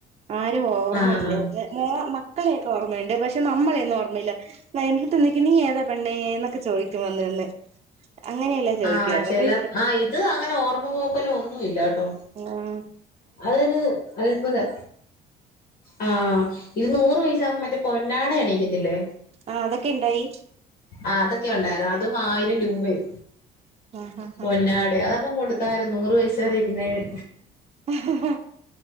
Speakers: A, on the right; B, on the left.
A: ആരെയും ഓർമ്മയില്ലാരുന്ന്
B: ആഹ്
A: മോ മക്കളെയൊക്കെ ഓർമ്മയുണ്ട് പക്ഷെ നമ്മളെയൊന്നും ഓർമ്മയില്ല എന്റടുത്തു ചോദിക്കും നീ ഏതാ പെണ്ണേന്നൊക്കെ ചോദിക്കും വന്ന് നിന്ന് അങ്ങനെയല്ലാം ചോദിക്കുവായിരുന്നു
B: ആഹ് ചിലർ
A: അപ്പോ
B: ആഹ് ഇത് അങ്ങനെ ഓർമ്മ പോക്കലോ ഒന്നും ഇല്ല കേട്ടോ
A: ഉം
B: അതൊരു അത്ഭുതം ആഹ് ഇത് നൂറ് വയസ് ആവുമ്പോ മറ്റേ പൊന്നാട അണിയിക്കത്തില്ലേ
A: ആഹ് അതൊക്കെ ഇണ്ടായി
B: ആഹ് അതൊക്കെ ഉണ്ടായിരുന്ന് അതും ആയിരം രൂപയും
A: ആഹ് ആഹ്
B: പൊന്നാട അതൊക്കെ കൊ ടുത്തായിരുന്നു നൂറ് വയസ് വരെ ഇരുന്നേന്
A: ആഹ്